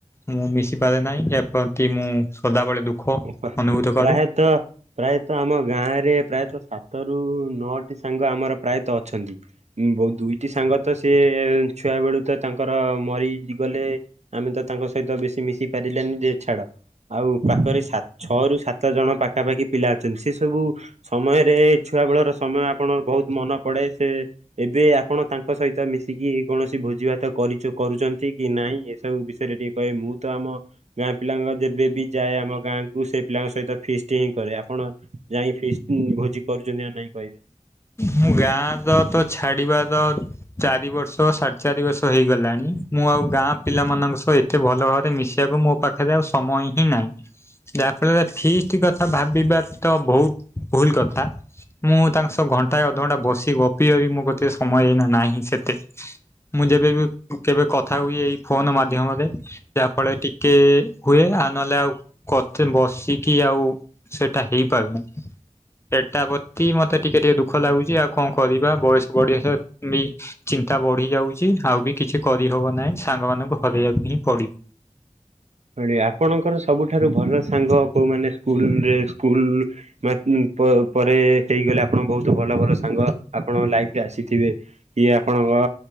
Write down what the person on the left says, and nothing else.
ମୁଁ ମିଶିପାରେ ନାହିଁ ଏ ପ୍ରତି ମୁଁ ସଦାବେଳେ ଦୁଃଖ
ଅନୁଭୂତ କରେ
ହୁଁ।
ମୁଁ ଗାଁର ତ ଛାଡିବାର ଚାରି ବର୍ଷ ସାଢେ ଚାରି ବର୍ଷ ହେଇଗଲାଣି ମୁଁ ଆଉ ଗାଁ ପିଲାମାନଙ୍କ ସହ ଏତେ ଭଲ ଭାବରେ ମିଶିବାକୁ ମୋ ପାଖରେ ଆଉ ସମୟ ହିଁ ନାହିଁ ଯାହା ଫଳରେ ଫିସ୍ଟି କଥା ଭାବିବା ତ ବହୁତ ଭୁଲ କଥା ମୁଁ ତାଙ୍କ ସହ ଘଣ୍ଟାଏ ଅଧଘଣ୍ଟା ବସି ଗପି ଵା ବି ମୋ କତିରେ ସମୟ ହେଇନାହିଁ। ନାହିଁ ସେତେ ମୁଁ ଯେବେ ବି କେବେ କଥା ହୁଏ ଏଇ ଫୋନ ମାଧ୍ୟମରେ। ଯାହାଫଳରେ ଟିକେ ହୁଏ ଆଉ ନହେଲେ ଆଉ ବସିକି ଆଉ। ସେଇଟା ହେଇପାରୁନି ସେଟା ପ୍ରତି ମତେ ଟିକେ ଟିକେ ଦୁଃଖ ଲାଗୁଛି ଆଉ କଣ କରିବା ବୟସ ବଡିବା ବି ଚିନ୍ତା ବଢି ଯାଉଛି ଆଉ ବି କିଛି କରିହବ ନାହିଁ ସାଙ୍ଗମାନାନଙ୍କୁ ହରାଇବାକୁ ହିଁ ପଡିବ।